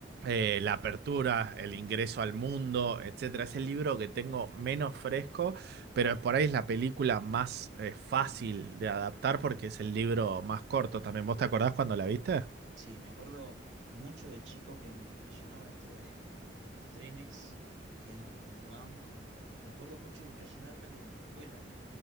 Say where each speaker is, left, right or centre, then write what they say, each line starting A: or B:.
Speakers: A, on the right (about 60°); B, on the right (about 80°).
A: eh, la apertura, el ingreso al mundo, etcétera. Es el libro que tengo menos fresco, pero por ahí es la película más eh, fácil de adaptar porque es el libro más corto también. ¿Vos te acordás cuando la viste?
B: Sí, me acuerdo mucho de chico que me impresionaba esto del- de los trenes, de que es do- donde van. Me acuerdo mucho de impresionarme de la escuela.